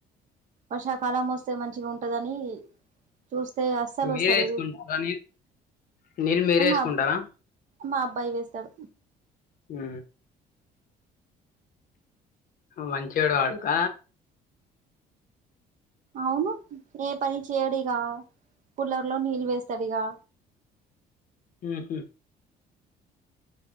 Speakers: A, on the right (about 50°); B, on the left (about 55°).
A: వర్షాకాలం వస్తే మంచిగా ఉంటదని చూస్తే అస్సలు
B: మీరే
A: వస్తాలేదు
B: వేసుకుంటారా నీళ్ళు నీళ్ళు మీరే
A: ఆహా
B: వేసుకుంటారా
A: మా అబ్బాయి వేస్తాడు
B: ఉ మంచొడు వాడుక
A: అవును ఏ పని చేయడిగా కులర్లో నీళ్ళు వేస్తడిగా
B: ఉహు